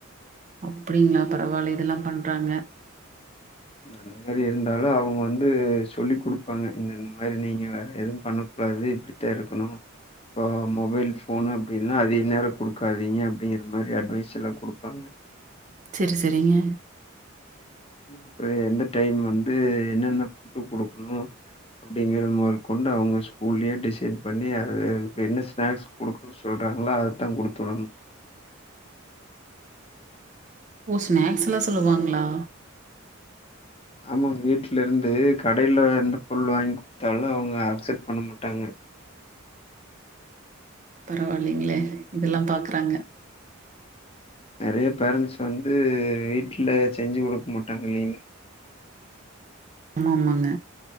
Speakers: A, on the right (about 35°); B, on the left (about 30°).
A: அப்டிங்களா பரவாயில்ல இதெல்லா பண்றாங்க
B: அந்த மாரி இருந்தாலு அவங்க வந்து சொல்லி குடுப்பாங்க இந்தந்த மாரி நீங்க வேற எதுவு பண்ண கூடாது இப்டித்தா இருக்கணு இப்போ மொபைல் ஃபோனு அப்டின்னா அதிக நேரோ குடுக்காதீங்க அப்டிங்கிற மாரி அட்வைஸ் எல்லா குடுப்பாங்க
A: செரி செரிங்க
B: அப்ற எந்த டைம் வந்து என்னென்ன ஃபட்டு குடுக்கணு அப்டிங்கறத மொதல் கொண்டு அவங்க ஸ்கூல்லயே டிசைட் பண்ணி அத என்ன ஸ்நாக்ஸ் குடுக் சொல்றாங்களா அததா குடுத்து விடனு
A: ஓ ஸ்நாக்ஸ் எல்லா சொல்லுவாங்களா
B: ஆமாங்க வீட்ல இருந்து கடில எந்த பொருள் வாங்கி குடுத்தாலு அவங்க அக்செப்ட் பண்ண மாட்டாங்க
A: பரவாயில்லிங்களே இதெல்லா பாக்குறாங்க
B: நெறைய பேரண்ட்ஸ் வந்து வீட்ல செஞ்சு குடுக்க மாட்டாங்கில்லிங்
A: ஆமா ஆமாங்க